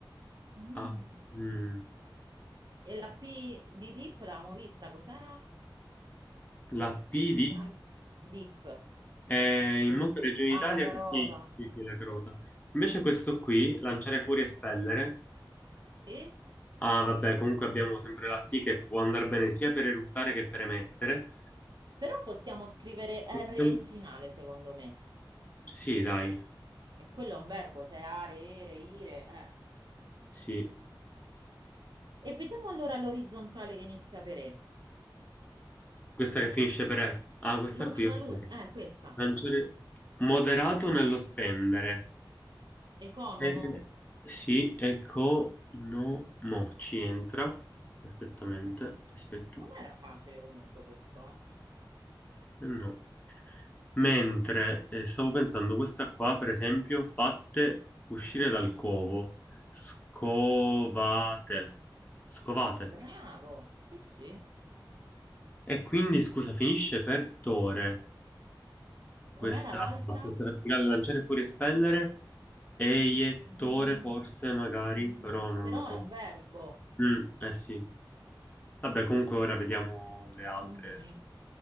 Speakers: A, on the right; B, on the left.
A: Mm.
B: Ah, mm.
A: E la P di dip l'avevamo vista, cos'era?
B: La
A: Verticale?
B: P di
A: Dip.
B: eh,
A: Non me
B: in molte
A: lo-
B: regioni
A: Ah,
B: d'Italia
A: la carota.
B: sì, sì, sì, la crota. Invece questo qui, lanciare fuori e spellere.
A: E?
B: Ah, vabbè, comunque abbiamo sempre la T che può andare bene sia per eruttare che per emettere.
A: Però possiamo scrivere R
B: Possiamo-
A: finale, secondo me.
B: Sì, dai,
A: E quello è un verbo, se è are, ere, ire. eh.
B: sì.
A: E vediamo allora l'orizzontale che inizia per E.
B: Questa che finisce per E. Ah, questa
A: L'ultima,
B: qui, ok.
A: l'ultima, eh, questa.
B: Lanciare moderato nello spendere.
A: Economo.
B: Eh, sì, ecco, no, mo ci entra perfettamente. Aspetta,
A: Non
B: Eh,
A: era facile comunque questo, eh.
B: no. Mentre eh, stavo pensando, questa qua, per esempio, fatte uscire dal covo, scovate, scovate.
A: Bravo, sì, sì.
B: E quindi, scusa, finisce per tore questa,
A: Com'era l'altra?
B: questa verticale, lanciare fuori, espellere, eiettore
A: Mm,
B: forse, magari,
A: mm,
B: però non
A: però
B: lo so.
A: è un verbo.
B: Mm, eh sì. Vabbè, comunque ora vediamo le altre.
A: Mhm.